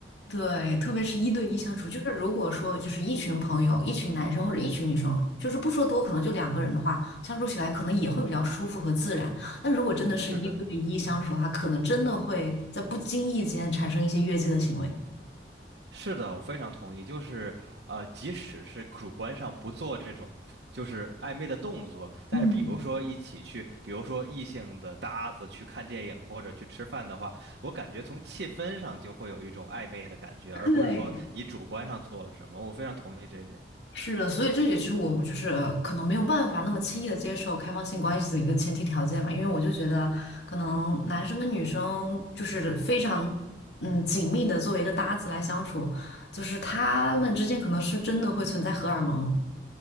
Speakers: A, on the left (about 80°); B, on the right (about 80°).
A: 对，特别是一对一相处，就是如果说就是一群朋友，一群男生或者一群女生，就是不说多，可能就两个人的话，相处起来可能也会比较舒服和自然。但如果真的是一对一相处的话，
B: 是的。
A: 可能真的会在不经意间产生一些越界的行为。
B: 是的，我非常同意。就是，呃，即使是主观上不做这种就是暧昧的动作，但是比如说一起去，
A: 嗯，
B: 比如说异性的搭子去看电影或者去吃饭的话，我感觉从气氛上就会有一种暧昧的感觉，而不是说你主观上做了什么。
A: 对。
B: 我非常同意这一点。
A: 是的，所以这也是我就是可能没有办法那么轻易的接受开放性关系的一个前提条件吧，因为我就觉得可能男生跟女生就是非常嗯紧密的作为一个搭子来相处，就是他们之间可能是真的会存在荷尔蒙。